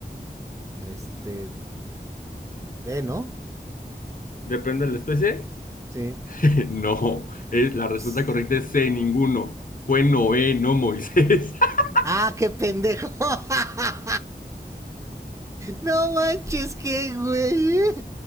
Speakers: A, on the right; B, on the left.
A: Este. D, ¿no?
B: ¿Depende de la especie?
A: Sí.
B: <laughs> No, es, la respuesta
A: Pues...
B: correcta es C, ninguno. Fue Noé, no Moisés. <laughs>
A: ¡Ah, qué pendejo! <laughs> no manches, qué güey.